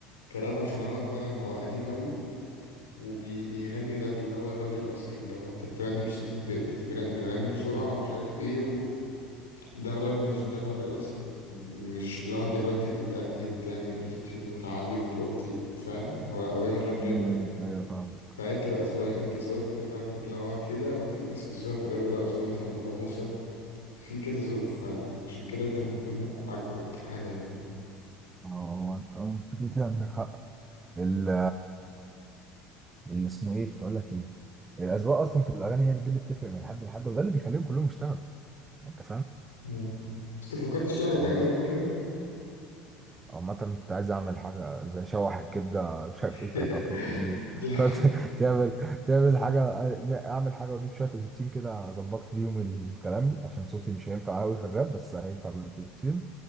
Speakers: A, on the left; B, on the right.
A: كراب عشان هو فعلا هو قديم قوي وبيغني راب اللي هو الراب الاصلي اللي هو انت بتغني بصوت ب- بتتغ- بتغني بسرعه ومش عارف ايه درب مش درب الأصلي مش اللي هو دلوقتي بتأدي وتعمل وتتيون وتعلي وتوطي فاهم هو لأ، هو بيعمل راب راب
B: أمم، أيوه فاهمك
A: فهي بتبقى أذواق أنت ذوقك في الراب اللي هو كده وفي ناس في الذوق في الراب اللي هو ذوق مثلا مروة موسى في كذا ذوق فعشان كده أنت ممكن تكون عاجبك أكتر حاجة يعني
B: أه هو أنت أه أنت كده كده عندك حق ال- اللي اسمه إيه كنت أقول لك إيه الأذواق أصلا في الأغاني هي دي اللي بتفرق من حد لحد وده اللي بيخليهم كلهم يشتغلوا أنت
A: مم. بس أنت فكرتش تعمل أغنية
B: فاهم؟
A: راب قبل كده؟
B: عامة كنت عايز أعمل حاجة زي شوح الكبدة مش عارف
A: <laughs>
B: إيه بتاعت عفروتو دي
A: يا
B: فتعمل <laughs> تعمل تعمل حاجة أعمل حاجة وأجيب شوية بروتين كده أظبط بيهم الكلام عشان صوتي مش هينفع أوي في الراب بس هينفع بالبروتين